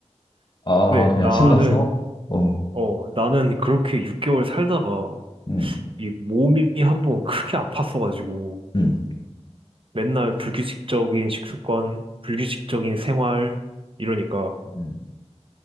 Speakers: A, on the left; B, on the right.
A: 아,
B: 근데
A: 그냥
B: 나는,
A: 신나서? 어,
B: 어, 나는 그렇게 6개월 살다가
A: 음.
B: 이 몸이 한번 크게 아팠어가지고
A: 음,
B: 맨날 불규칙적인 식습관, 불규칙적인 생활, 이러니까
A: 음.